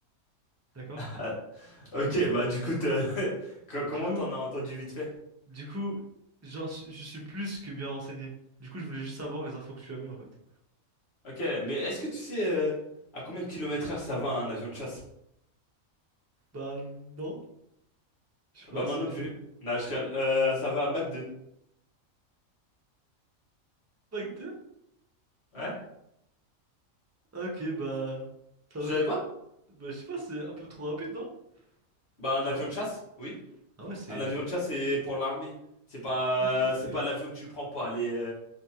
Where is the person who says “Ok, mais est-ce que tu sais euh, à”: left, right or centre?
Left